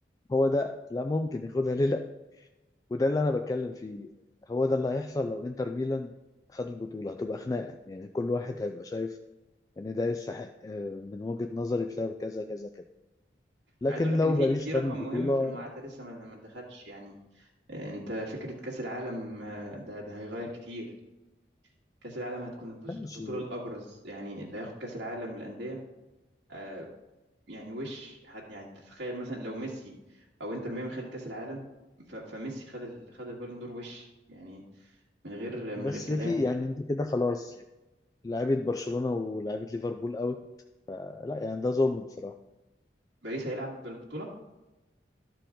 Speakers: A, on the left (about 20°); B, on the right (about 80°).
A: هو ده لا ممكن ياخدها ليه لا وده اللي انا بتكلم فيه هو ده اللي هيحصل لو انتر ميلان خد البطوله هتبقى خناقه يعني كل واحد هيبقى شايف ان ده يستحق آه، من وجهه نظري بسبب كذا كذا كذا لكن
B: عايز اقول لك
A: لو
B: ان في
A: باريس
B: في رقم
A: خد البطوله
B: مهم في المعادله لسه ما ما اتدخلش يعني أه، انت فكره كاس العالم أه، ده ده هيغير كتير كاس العالم هتكون البز-
A: ماشي
B: البطوله الابرز يعني اللي هياخد كاس العالم للانديه أه، يعني وش حد يعني تتخيل مثلا لو ميسي او انتر ميامي خد كاس العالم ف- فميسي خد ال... خد البالون دور وش يعني من غير من
A: بس
B: غير كلام
A: في يعني انت كده خلاص لعيبه برشلونه ولعيبه ليفربول اوت لا يعني ده ظلم بصراحه
B: باريس هيلعب بالبطوله